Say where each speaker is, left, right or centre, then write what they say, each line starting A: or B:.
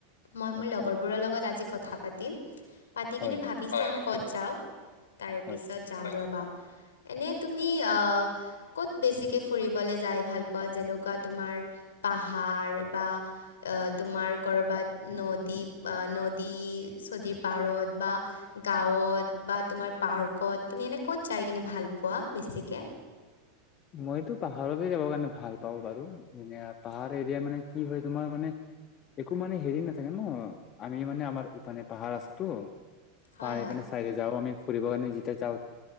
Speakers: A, on the left; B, on the left.
A: মই
B: আচ্ছা
A: মোৰ লগৰবোৰৰ লগত আজি কথা পাতিম পতিকেনে
B: হয় হয়
A: ভাবি চাপ কত যাওঁ। তাৰ
B: হয়
A: পিছত যাম ৰবা এনে তুমি আহ ক'ত বেছিক ফুৰিব যায় ভাল পুৱা যেনেকুৱা তোমাৰ পাহাৰ বা তোমাৰ কৰবাত নদীপ আ নদী-চদিৰ পাৰত বা গাঁও ত বা, তোমাৰ পাৰ্কত তুমি এনে ক'ত যাই কিনে ভাল পোৱা বেছিকে
B: মইতো পাহাৰতে যাবৰ কাৰণে ভাল পাওঁ বাৰু এনে পাহাৰ এৰিয়া মানে কি হয় তোমাৰ মানে একো মানে হেৰি নাথাকে ন আমি মানে আমাৰ ইফানে পাহাৰ আছেতো
A: হয়
B: পানী
A: হয়।
B: পাইনে চাই যাওঁ আমি কৰিবৰ কাৰণে যেতিয়া যাওঁ